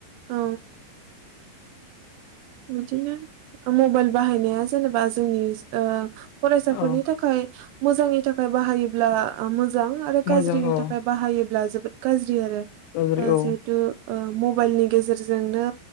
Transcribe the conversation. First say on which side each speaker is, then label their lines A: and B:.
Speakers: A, on the right; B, on the left.
A: औ बिदिनो मबाइल बाहायनाया जेनेबा जोंनि ओ फरायसाफोरनि
B: औ
A: थाखाय मोजांनि थाखाय बाहायोब्ला ओ मोज जां आरो
B: मोजां
A: गाज्रिनि
B: औ
A: थाखाय बाहायोब्ला जोब द गाज्रि ज्रि आरो
B: गाज्रि
A: ओ
B: औ
A: जेहेतु ओ म बाइलनि गेजेरजोंनो